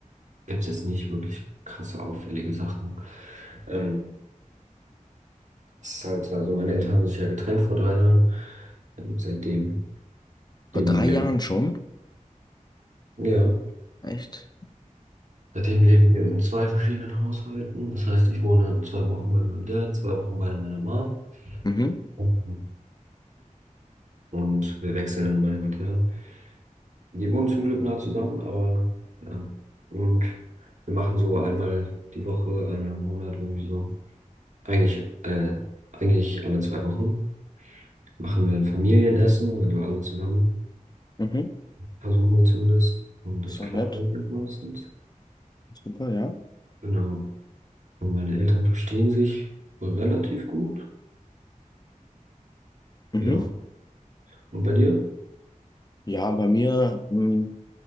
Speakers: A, on the right; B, on the left.
A: gibt es jetzt nicht wirklich krasse auffällige Sachen. Ähm, Das ist halt, also meine Eltern haben sich ja getrennt vor drei Jahren. Und seitdem leben
B: Vor drei
A: wir,
B: Jahren schon?
A: ja,
B: Echt?
A: seitdem leben wir in zwei verschiedenen Haushalten. Das heißt, ich wohne zwei Wochen bei meinem Dad, zwei Wochen bei meiner Mom.
B: Mhm.
A: Und und wir wechseln dann immer hin und her. Die wohnen zum Glück nah zusammen, aber ja. Und wir machen so einmal die Woche, einmal im Monat irgendwie so. Eigentlich, äh, eigentlich alle zwei Wochen machen wir ein Familienessen, also alle zusammen.
B: Mhm.
A: Versuchen wir zumindest. Und das
B: Ist doch
A: klappt
B: nett.
A: eigentlich auch meistens.
B: Super, ja.
A: Genau. Und meine Eltern verstehen sich relativ gut.
B: Mhm.
A: Ja. Und bei dir?
B: Ja, bei mir, mh,